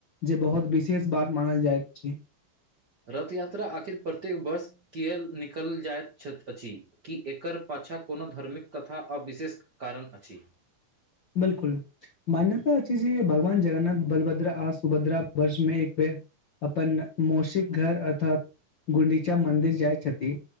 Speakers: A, on the left; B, on the right.
A: जे बहुत विशेष बात मानल जाइत छै।
B: रथ यात्रा आखिर प्रत्येक वर्ष। तेल निकल जाइत छथि अछि कि एकर पाछा कोनो धर्मिक कथा आ विशेष। कारण अछि।
A: बलकुल। मान्यता अछि जे भगवान जगन्नाथ बलभद्रा आ सुभद्रा वर्षमे एक बेर। अपन मौसिक घर अर्थात गुंडीचा मन्दिर जाइ छथि